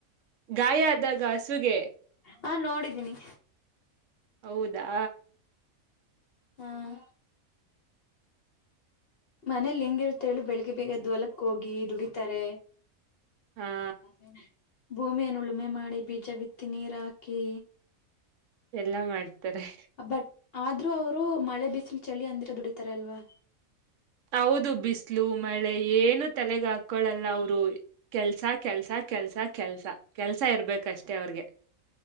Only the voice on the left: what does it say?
ಹಾ ನೋಡಿದ್ದೀನಿ.
ಹಾಂ ಮನೇಲಿ ಹೆಂಗಿರುತ್ ಹೇಳು ಬೆಳಗ್ಗೆ ಬೇಗೆದ್ದ್ ಹೊಲಕ್ ಹೋಗಿ ದುಡಿತಾರೆ
<unintelligible> ಭೂಮಿಯನ್ ಉಳುಮೆ ಮಾಡಿ ಬೀಜ ಬಿತ್ತಿ ನೀರಾಕಿ
ಬಟ್ ಆದ್ರೂ ಅವರು ಮಳೆ ಬಿಸಿಲು ಚಳಿ ಅಂದಿರ ದುಡಿತಾರೆ ಅಲ್ವಾ